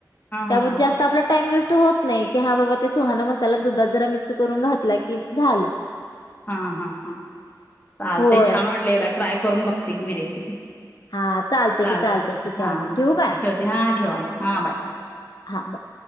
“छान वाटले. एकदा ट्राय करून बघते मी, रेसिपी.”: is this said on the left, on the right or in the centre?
Left